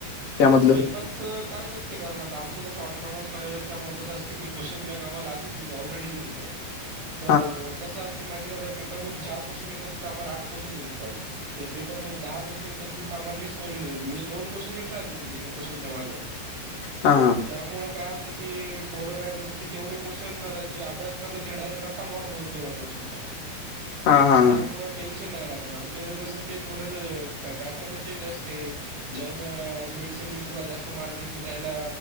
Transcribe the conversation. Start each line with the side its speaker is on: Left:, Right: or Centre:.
Left: त्यामधलं?
Right: पेपर च काय नसतय, कारण आमचं कस ऑटॉनॉमस कॉलेज असल्यामुळे कसं असतय, क्वेशन बॅग आम्हाला आदीच देत ऑलरेडी देत होतात.
Left: <inaudible>
Right: तर र.. कसं असते माहिती आहे का, जर पेपरमध्ये चार क्वेश्न येत असतील तर आम्हाला आठ क्वेशन देतेतं. तर पेपरमध्ये दहा क्वेश्चन असतील,, तर आम्हाला वीस क्वे्शनत म्हणजे दोन क्वेश्चन एक्स्ट्रा देत होते. एक क्वेश्चन च्या मागं
Left: हा हा
Right: त्यामुळं काय होतं की, पोरं काय करत की तेवढे क्वेश्चन जे पोरं अभ्यास करतात ते डायरेक्ट रा कोोचा
Left: <inaudible>
Right: <unintelligible>
Left: हां,
Right: त्यामुळं
Left: हां.
Right: टेनशन नाही राहतं ना, आमच्या कसं ते थोडसं पॅटर्न चेंज असते. जैन अ मिड्स सेमेस्टरला जास्त मार्क घेतले त्यायला,,